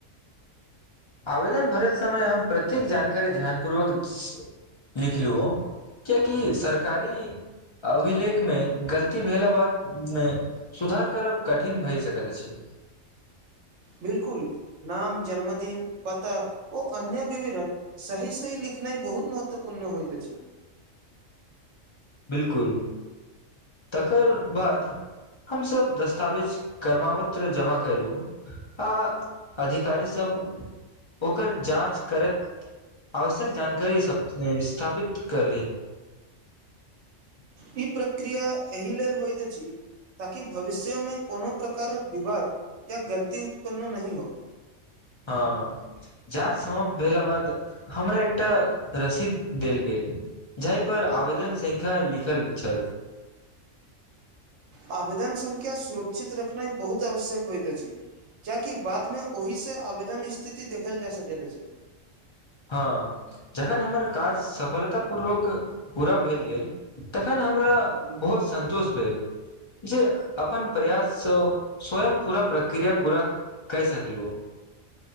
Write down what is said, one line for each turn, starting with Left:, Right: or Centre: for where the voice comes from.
Left: आवेदन भरैत समय हम प्रत्येक जानकारी ध्यानपूर्वक लिखलु कियकि सरकारी अभिलेख मे गलती भेला बाद मे सुधार करब कठिन भए सकैत अछि
Right: बिलकुल नाम जन्मदिन पता ओ अन्य विवरण सही सही लिखनाइ बहुत महत्वपूर्ण होइत अछि
Left: बिलकुल तकर बाद हमसब दस्तावेज क्रमावत्र जमा कैलु आ अधिकारीसभ ओकर जाँच करैत आवश्यक जानकारी सब स्थापित कर ली
Right: ई प्रक्रिया एहि लेल होइत अछि ताकि भविष्यमे कोनो प्रकारक विवाद या गलती उत्पन्न नहि हो
Left: हाँ जाँच समाप्त भेला बाद हमरा एकटा रसीद देल गेल जाहि पर आवेदन संख्या लिखल छल
Right: आवेदन संख्या सुरक्षित रखनाय बहुत आवश्यक होइत अछि कियेकि बाद मे ओहि से आवेदन स्थिति देखल जा सकैत अछि
Left: हँ जखन हमर काज सफलतापूर्वक पूरा भेल गेल तखन हमरा बहुत सन्तोष भेल जे अपन प्रयाससँ स्वयं पूरा प्रक्रिया पूरा कय सकलु